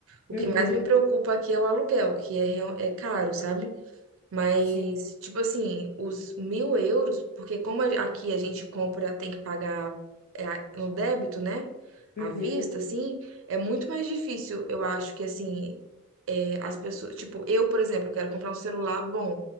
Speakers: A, on the right; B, on the left.
A: O
B: uhum,
A: que mais me Uhum. preocupa aqui é o aluguel, que é, real- é caro, sabe? Mas,
B: sim.
A: tipo assim, os mil euros, porque como a- aqui a gente compra, tem que pagar é, a- no débito, né? À
B: Uhum,
A: vista, assim, é muito mais difícil, eu acho que, assim, é, as pessoas. Tipo, eu, por exemplo, eu quero comprar um celular bom,